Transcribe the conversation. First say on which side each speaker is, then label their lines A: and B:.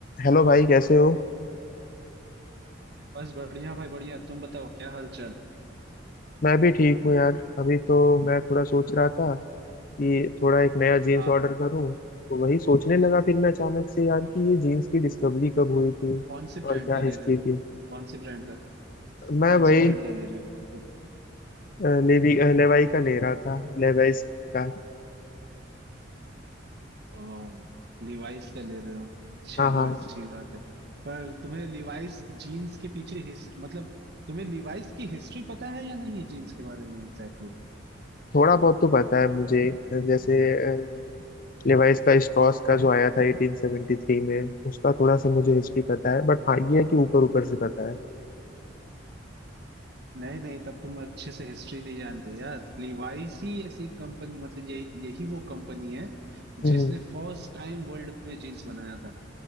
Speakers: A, on the left; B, on the right.
A: हेलो भाई कैसे हो
B: बस बढ़िया भाई बढ़िया तुम बताओ क्या हाल चाल
A: मैं भी ठीक हूँ यार अभी तो मैं थोड़ा सोच रहा था कि थोड़ा एक नया जीन्स
B: हाँ
A: ऑर्डर
B: हाँ
A: करूँ तो वही सोचने लगा फिर मैं अचानक से यार कि ये जीन्स की डिस्कवरी कब हुई थी
B: कौन सी
A: और
B: ब्रांड
A: क्या
B: का ले
A: हिस्ट्री
B: रहे हो
A: थी
B: कौन सी ब्रांड का
A: मैं
B: कौन
A: वही
B: सी ब्रांड का ले रहे हो
A: अ, लेवी अ, लेवाई का ले रहा था लेवाइस का
B: ओ लिवाइस का ले रहे हो चलो
A: हाँ हाँ
B: अच्छी बात है पर तुम्हें लिवाइस जीन्स के पीछे हिस्ट मतलब तुम्हें लिवाइस की हिस्ट्री पता है या नहीं जीन्स के बारे में एग्जैक्टली exactly?
A: थोड़ा बहुत तो पता है मुझे अ, जैसे अ, लेवाइस का स्ट्रॉस का जो आया था 1873 में उसका थोड़ा सा मुझे हिस्ट्री पता है बट हाँ ये है कि ऊपर ऊपर से पता है
B: नहीं नहीं तब तुम अच्छे से हिस्ट्री नहीं जानते यार लिवाइस ही ऐसी कंपनी मतलब यही यही वो कंपनी है
A: हम्म,
B: जिसने फर्स्ट टाइम वर्ल्ड में जीन्स बनाया था